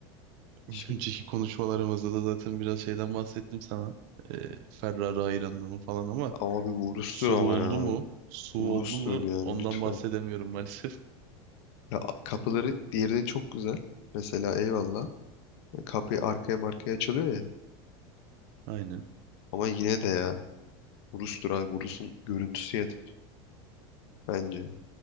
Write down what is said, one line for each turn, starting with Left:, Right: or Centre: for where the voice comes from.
Right: <laughs>
Left: Şimdi,
Right: önceki konuşmalarımızda da zaten biraz şeyden bahsettim sana. Ee, Ferrari hayranlığımı falan ama
Left: abi bu Urus'tur
Right: SUV
Left: ama
Right: oldu
Left: ya.
Right: mu? SUV
Left: Urus'tur
Right: oldu mu?
Left: yani
Right: Ondan
Left: lütfen.
Right: bahsedemiyorum maalesef.
Left: Ya, kapıları diğerinin çok güzel. Mesela eyvallah. Kapıyı arkaya markaya açılıyor ya.
Right: <laughs> Aynen.
Left: Ama yine de ya. Urus'tur abi. Urus'un görüntüsü yeter. Bence.